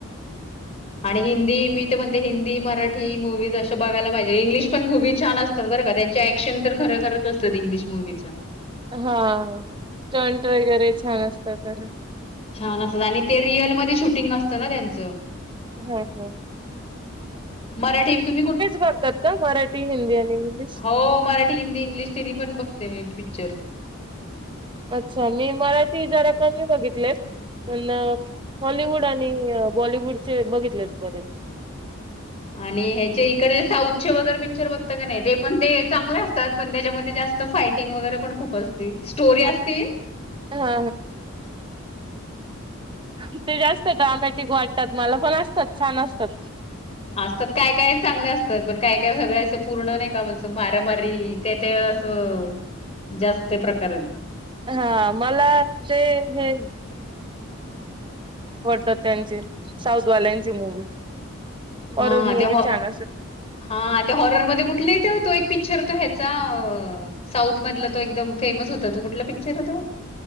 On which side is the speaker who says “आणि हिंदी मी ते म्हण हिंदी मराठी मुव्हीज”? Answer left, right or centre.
Left